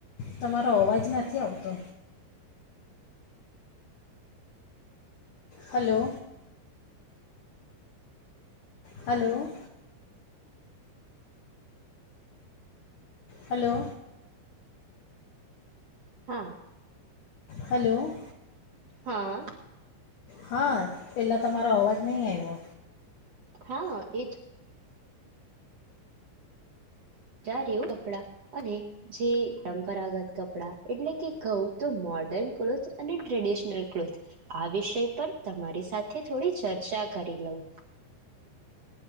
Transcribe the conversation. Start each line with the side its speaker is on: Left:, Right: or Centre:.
Left: તમારો અવાજ નથી આવતો. હલો હલો હલો
Right: હા.
Left: હલો.
Right: હાં.
Left: હા, પહેલાં તમારો અવાજ નઈ આઇવો.
Right: હા, એત <unintelligible> કપડા અને જે પરંપરાગત કપડાં એટલે કે કઉ તો મોર્ડર્ન ક્લોથ અને ટ્રેડિશનલ ક્લોથ, આ વિષય પર તમારી સાથે થોડી ચર્ચા કરી લઉં.